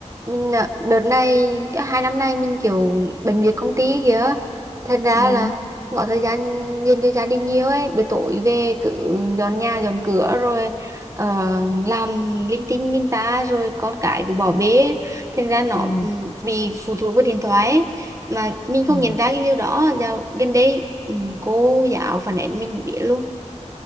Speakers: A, on the right; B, on the left.
A: mình ờ, đợt này cái hai năm nay mình kiểu bận việc công ty kìa thành ra
B: ừ,
A: là không có thời gian dành cho gia đình nhiều ấy buổi tối về cứ dọn nhà dọn cửa rồi ờ, làm linh tinh linh ta rồi con cái cứ bỏ bê thành ra nó
B: ừ,
A: ừm, bị phụ thuộc vào điện thoại ấy. mà mình không
B: ừ.
A: nhận ra cái điều đó dạo gần đây ừm, cô giáo phản ánh mình biết luôn